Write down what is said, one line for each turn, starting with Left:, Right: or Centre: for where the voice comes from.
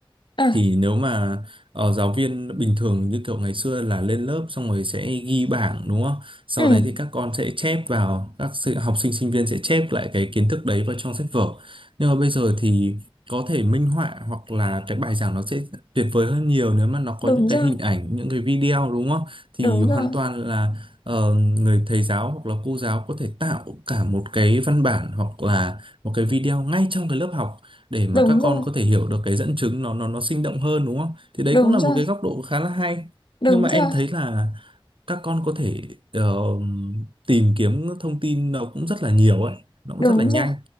Left: à,
Right: thì nếu mà ờ, giáo viên bình thường như kiểu ngày xưa là lên lớp xong rồi sẽ ghi bảng đúng không? Sau
Left: ừ,
Right: đấy thì các con sẽ chép vào các sự- học sinh sinh viên sẽ chép lại cái kiến thức đấy vào trong sách vở. Nhưng mà bây giờ thì có thể minh họa hoặc là cái bài giảng nó sẽ tuyệt vời hơn nhiều nếu mà nó
Left: đúng
Right: có những
Left: rồi,
Right: cái hình ảnh, những cái video đúng không? Thì
Left: đúng
Right: hoàn
Left: rồi,
Right: toàn là ờ, người thầy giáo hoặc là cô giáo có thể tạo cả một cái văn bản hoặc là một cái video ngay trong cái lớp học để mà
Left: đúng
Right: các
Left: rồi,
Right: con có thể hiểu được cái dẫn chứng nó nó nó sinh động hơn đúng không? Thì đấy
Left: đúng
Right: cũng là
Left: rồi,
Right: một cái góc độ khá là hay.
Left: đúng
Right: Nhưng mà
Left: rồi,
Right: em thấy là các con có thể ờ, tìm kiếm thông tin nó cũng rất là nhiều ấy, nó cũng
Left: đúng
Right: rất là nhanh.
Left: rồi,